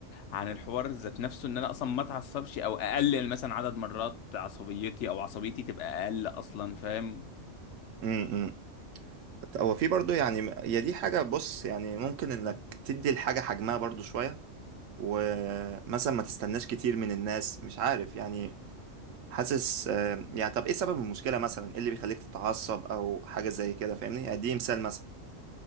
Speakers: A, on the left; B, on the right.
A: عن الحوار ذات نفسه ان انا اصلا ما اتعصبش او اقلل مثلا عدد مرات عصبيتي او عصبيتي تبقى اقل اصلا فاهم
B: امم هو في برضو يعني هي دي حاجة بص يعني ممكن انك تدي الحاجة حجمها برضو شوية ومثلا ما تستناش كتير من الناس مش عارف يعني حاسس آه، يعني طب ايه سبب المشكلة مثلا ايه اللي بيخليك تتعصب او حاجة زي كده فاهمني يعني دي مثال مثلا